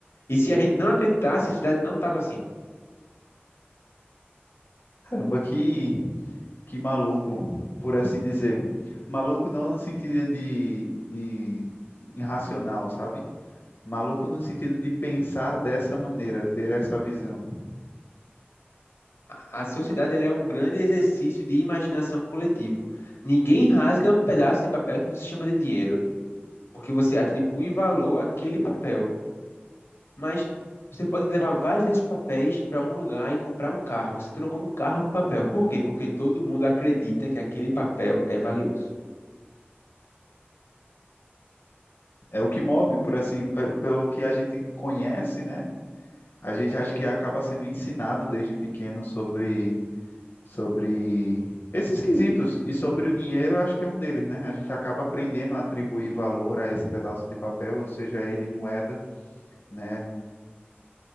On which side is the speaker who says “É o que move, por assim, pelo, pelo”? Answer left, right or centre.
Left